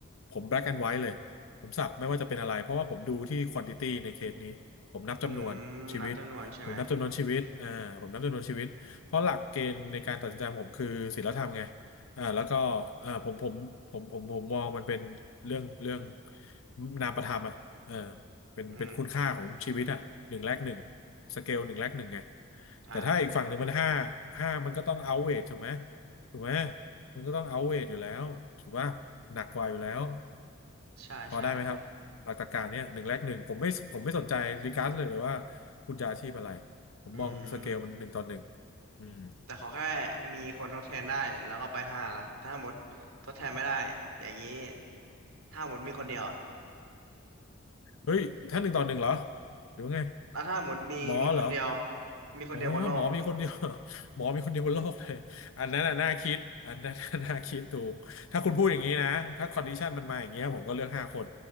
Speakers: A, on the left; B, on the right.
A: ผม black and white เลยผมสับไม่ว่าจะเป็นอะไรเพราะว่าผมดูที่ quantity ในเคสนี้ผมนับจำนวนชีวิตผมนับจำนวนชีวิตอ่าผมนับจำนวนชีวิตเพราะหลักเกณฑ์ในการตัดสินใจของผมคือศีลธรรมไง
B: อืมนับจำนวนใช่ไหม
A: อ่าแล้วก็อ่าผมผมผมผมผมมองมันเป็นเรื่องเรื่องนามประธรรมอ่ะเออเป็นเป็นคุณค่าของชีวิตอ่ะหนึ่งแลกหนึ่ง
B: อืม
A: สเกลหนึ่งแลกหนึ่งไง
B: อ่า
A: แต่ถ้าอีกฝั่งหนึ่งมันห้าห้ามันก็ต้องเอาเวทถูกไหม ถูกไหม มันก็ต้องเอาเวทอยู่แล้วถูกป่ะหนักกว่าอยู่แล้ว
B: ใช่ใช่
A: พอได้ไหมครับหลักตรรกะเนี่ยหนึ่งแลกหนึ่งผมไม่ผมไม่สนใจรีการ์ดเลยเลยว่าคุณจะอาชีพอะไรผมมองสเกลมันหนึ่งต่อหนึ่ง
B: อืม
A: อืม
B: แต่ขอแค่มีคนทดแทนได้แล้วก็ไปห้าละถ้าหมดทดแทนไม่ได้อย่างนี้ถ้าหมดมีคนเดียวอะ
A: เฮ้ยถ้าหนึ่งต่อหนึ่งเหรอหรือว่าไง
B: แล้วถ้าหมดมีมีคนเดียว
A: หมอเหรอ
B: มีคนเดียวบนโลก
A: โอ้หมอมีคนเดียว <laughs> หมอมีคนเดียวบนโลกเลยอันนั้นน่ะน่าคิดอันนั้น <laughs> น่ะน่าคิดถูกถ้าคุณพูดอย่างนี้นะถ้าคอนดิชันมันมาอย่างเงี้ยผมก็เลือกห้าคน